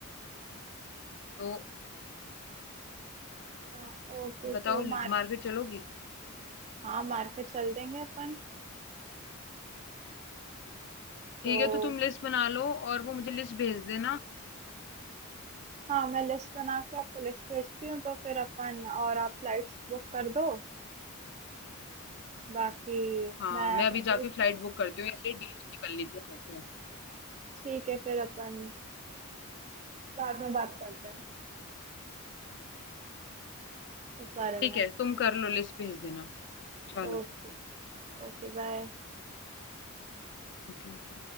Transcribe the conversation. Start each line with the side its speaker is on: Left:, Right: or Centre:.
Left: तो
Right: हाँ ओके
Left: बताओ
Right: तो मार्क
Left: मार्केट चलोगी
Right: हाँ मार्केट चल देंगे अपन
Left: ठीक
Right: तो
Left: है तो तुम लिस्ट बना लो और वो मुझे लिस्ट भेज देना
Right: हाँ मैं लिस्ट बना के आपको लिस्ट भेजती हूँ तो फिर अपन और आप फ्लाइट्स बुक कर दो बाकी
Left: हाँ
Right: मैं
Left: मैं अभी
Right: होटल
Left: जाके फ्लाइट बुक करती हूँ यार ये डील निकल लीजिए मुझसे।
Right: ठीक है फिर अपन बाद में बात करते हैं इस बारे
Left: ठीक
Right: में
Left: है तुम कर लो लिस्ट भेज देना चलो
Right: ओके Okay bye
Left: ओके ओके